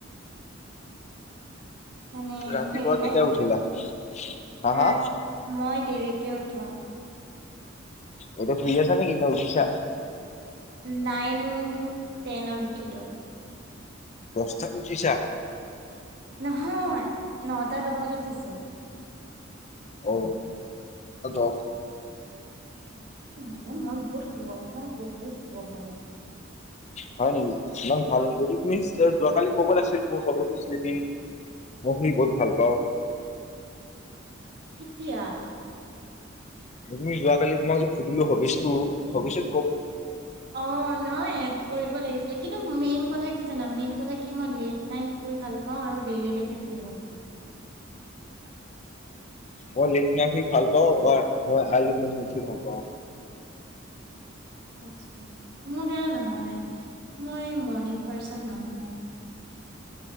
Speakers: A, on the right (about 55°); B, on the left (about 35°).
A: মানে
B: ৰাতিপুৱা
A: হেৰি
B: কেতিয়া
A: নাই
B: উঠিলা? হা
A: ৰাত
B: হা
A: মই দেৰিকে উঠো।
B: এতিয়া শোয় আছা নে কি না উঠিছা?
A: নাইন টেনত উঠিলো।
B: দচতাত ওঠিছা।
A: নহয় নহতা দহত তঠিছো।
B: ও <unintelligible>
A: উম মই বহুতশোৱ মই বহুত শোৱ পাৰো।
B: হয় নেকি ইমান ভাল নকি যদি তুমি যোৱাকালি কব লাগছিল মোৰ <unintelligible> ভাগৰ স্লিপিং ময় বহোত শোয় ভাল পাওঁ।
A: কেতিয়া?
B: তুমি যোৱাকালি তোমাক যে সুধিলো হোবিচটো <unintelligible>
A: অ ন এড কৰিব লাগিছিলে কিন্তু মেইন কথা কি জানা মেইন কথা কি মই লেট নাইত মুই ভাল পাওঁ আৰু দেৰিলৈকে সুই ভাল পাওঁ।
B: মই লেতনাইত সুই ভাল পাওঁ অ মই আৰলি মৰনিং উঠি ভাল পাওঁ।
A: আচ্ছা। মোৰ দৰে নহয়। মই মৰ্ণিং পাৰ্চন নহয়।